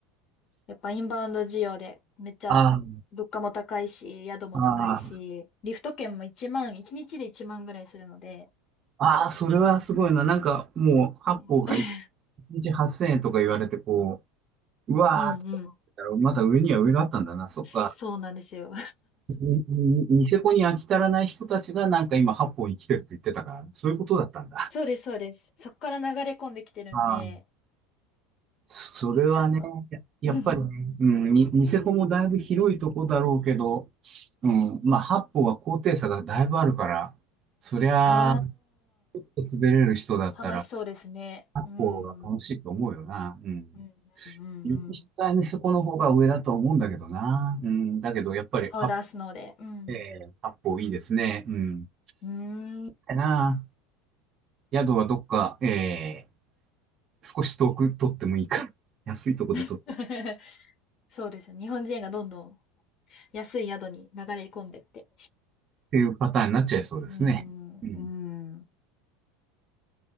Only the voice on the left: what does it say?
やっぱインバウンド需要でめっちゃ物価も高いし、
宿も高いし、
リフト券も1万、1日で1万ぐらいするので。
<laughs>
うんうん。
そうなんですよ。
<laughs> そうです、そうです。そこから流れ込んできてるんで、
ちょっと。
<laughs>
あ
あ、楽しそうですね。
うん。うん
うんうんう
ん。
パウダースノーで。うん。
うーん。
<laughs> そうですよ。日本人がどんどん安い宿に流れ込んでって。
うん、うん。
うん